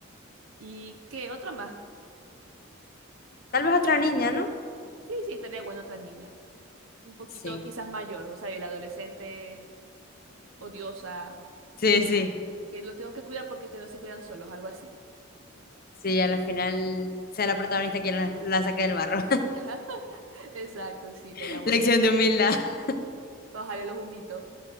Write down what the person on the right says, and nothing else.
¿Y qué otro más?
Sí, sí, estaría bueno otra niña. Un poquito
quizás mayor, o sea, el adolescente odiosa,
que lo tengo que cuidar porque ustedes no se cuidan solos, algo así.
<laughs> Ajá, Exacto, sí, estaría
bueno.
Bajarle los humitos.